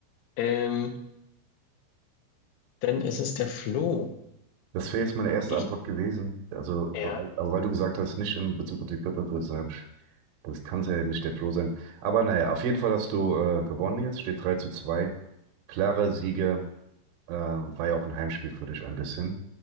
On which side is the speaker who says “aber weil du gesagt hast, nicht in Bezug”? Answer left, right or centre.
Right